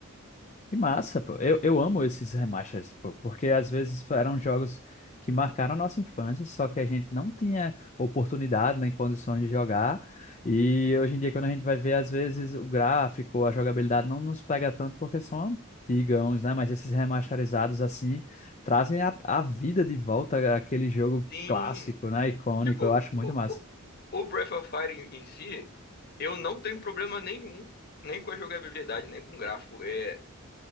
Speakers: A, on the left; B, on the left.
A: Que massa, pô. Eu, eu amo esses remasters, pô, porque às vezes eram jogos que marcaram a nossa infância, só que a gente não tinha oportunidade nem condições de jogar. E hoje em dia, quando a gente vai ver, às vezes o gráfico, a jogabilidade não nos pega tanto porque são antigãos, né? Mas esses remasterizados, assim, trazem a, a vida de volta àquele jogo
B: Sim,
A: clássico, né? Icônico.
B: tipo,
A: Eu acho muito
B: o,
A: massa.
B: o o Breath of Fire em em si. Eu não tenho problema nenhum, nem com a jogabilidade, nem com o gráfico. É,